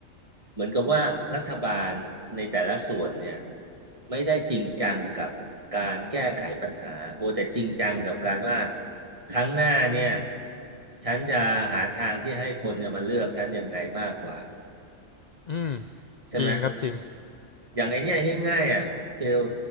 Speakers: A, on the right; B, on the left.
A: เหมือนกับว่ารัฐบาลในแต่ละส่วนเนี่ยไม่ได้จริงจังกับการแก้ไขปัญหาโบแต่จริงจังกับการว่าครั้งหน้าเนี่ยฉันจะหาทางที่ให้คนเนี่ยมาเลือกฉันยังไงมากกว่า
B: อืม
A: ใช่ไหม
B: จริงครับจริง
A: อย่างไอเนี้ยง่ายๆอ่ะ เฟล